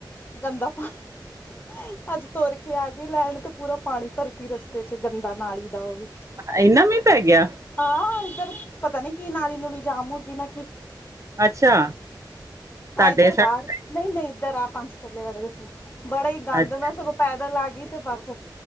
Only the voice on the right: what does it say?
ਇਨਾ ਮੀ ਪੈ ਗਿਆ!
ਅੱਛਾ। ਤੁਹਾਡੇ
ਸਾਈਡ
ਅੱਛਾ